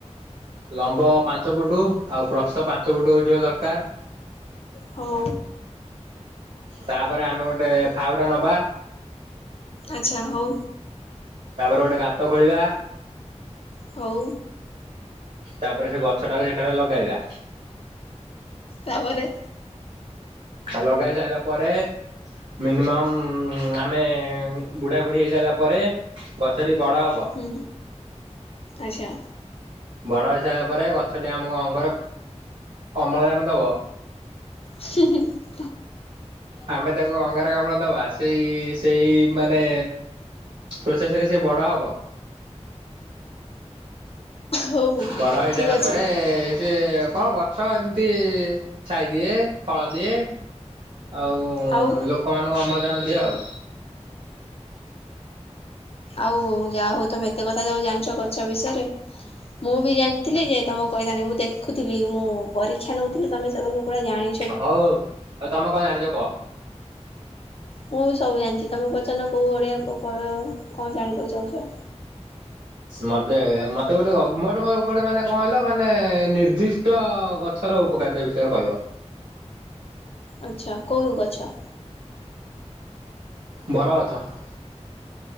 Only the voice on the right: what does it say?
ଲମ୍ବ ପାଞ୍ଚ ଫୁଟୁ ଆଉ ପ୍ରସ୍ଥ ପାଞ୍ଚ ଫୁଟୁ ହୋଇଥିବା ଦରକାର।
ତାପରେ ଆମେ ଗୋଟେ ଫାଉଡା ନବା।
ତାପରେ ଗୋଟେ ଗାତ ଖୋଳିବା।
ତାପରେ ସେ ଗଛଟାକୁ ସେଠାରେ ଲଗାଇବା।
ଆଉ ଲଗାଇ ସାଈଲା ପରେ। ମିନିମମ୍ ଉଁ ଆମେ ବୁଢା ବୁଢ଼ୀ ହେଇସାରିଲା ପରେ। ଗଛ ଟି ବଡ ହବ।
ବଡ଼ ହେଇସାରିଲା ପରେ ଗଛଟି ଆମକୁ ଅଙ୍ଗାର ଅମ୍ଳଜାନ ଦବ।
ଆମେ ତାକୁ ଅଙ୍ଗାର କାମ୍ଳ ଦବା ସେଇ ସେଇ ମାନେ। ପ୍ରୋସେସ ରେ ସେ ବଡ ହବ।
ବଡ଼ ହେଇସାରିଲା
ପରେ। ସିଏ କଣ ଗଛ ଏମିତି ଛାଇ ଦିଏ ଫଳ ଦିଏ। ଆଉଁ
ଲୋକମାନଙ୍କୁ ଅମ୍ଳଜାନ ଦିଏ ଆଉ।
ହଉ ଆଉ ତମେ କଣ ଜାଣିଛ କୁହ।
ମତେ ମତେ ଗୋଟେ ଗ ମୋର ଗୋ-ଗୋଟେ ମାନେ କଣ କହିଲ ମାନେ ନିର୍ଦ୍ଧି ଟ ଗଛର ଉପକାରିତା ବିଷୟରେ କହିବ।
ବର ଗଛ -